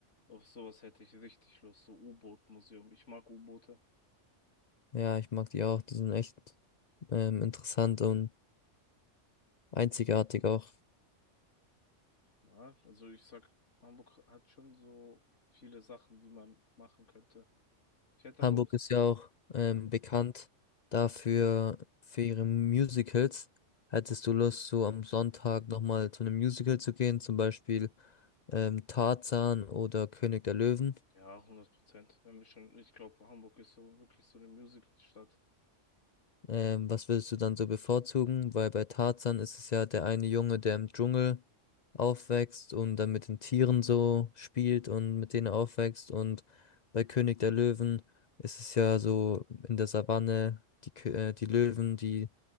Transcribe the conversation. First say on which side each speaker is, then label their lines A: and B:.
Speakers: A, on the left; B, on the left.
A: Auf sowas hätte ich richtig Lust, so U-Boot-Museum. Ich mag U-Boote.
B: Ja, ich mag die auch. Die sind echt ähm, interessant und einzigartig auch.
A: Ja, also ich sag, Hamburg hat schon so viele Sachen, die man machen könnte. Ich hätte
B: Hamburg
A: aber auch, s-
B: ist ja auch ähm,
A: ja,
B: bekannt dafür, für ihre Musicals. Hättest du Lust, so am Sonntag nochmal zu einem Musical zu gehen, zum Beispiel ähm, Tarzan oder König der Löwen?
A: ja, hundert Prozent. Wenn wir schon, ich glaube, Hamburg ist so wirklich so eine Musical-Stadt.
B: Ähm, was würdest du dann so bevorzugen? Weil bei Tarzan ist es ja der eine Junge, der im Dschungel aufwächst und dann mit den Tieren so spielt und mit denen aufwächst. Und bei König der Löwen ist es ja so in der Savanne die, Kö- äh, die Löwen, die